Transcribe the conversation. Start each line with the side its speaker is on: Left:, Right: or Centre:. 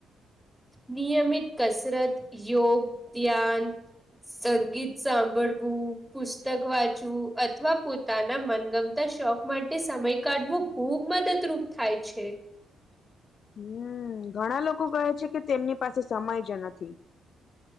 Centre: નિયમિત કસરત યોગ ધ્યાન સંગીત સાંભળવું પુસ્તક વાંચવું અથવા પોતાના મનગમ શોખ માટે સમય કાઢવો ખુબ મદદરૂપ થાય છે
Left: હમ ઘણા લોકો કહે છે કે તેમની પાસે સમય જ નથી